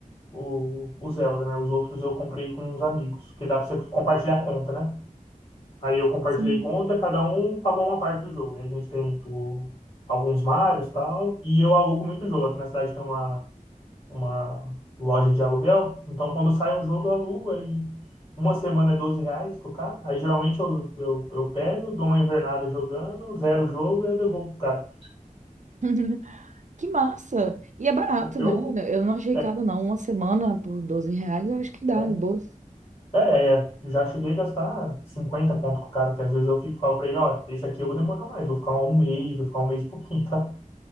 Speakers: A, on the left (about 40°); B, on the right (about 60°).
A: o, o Zelda, né? Os outros eu comprei com uns amigos, que dá pra você compartilhar a conta, né? Aí eu
B: Sim,
A: compartilhei
B: sim.
A: conta, cada um pagou uma parte do jogo. Aí a gente tem tipo, alguns Marios e tal. E eu alugo muito jogo. Aqui na cidade tem uma, uma loja de aluguel. Então quando sai um jogo, eu alugo. Aí uma semana é 12 reais com o cara. Aí geralmente eu, eu, eu pego, dou uma invernada jogando, zero o jogo e eu devolvo pro cara.
B: <laughs> Que massa! E é barato,
A: É porque
B: né?
A: hoje.
B: Eu não achei
A: É,
B: caro, não. Uma semana por 12 reais, eu acho que dá,
A: é,
B: de boas.
A: é, é, é. Eu já cheguei a gastar 50 pontos com o cara, porque às vezes eu fico, falo pra ele, ó, esse aqui eu vou demorar mais, vou ficar um mês, vou ficar um mês e pouquinho, tá?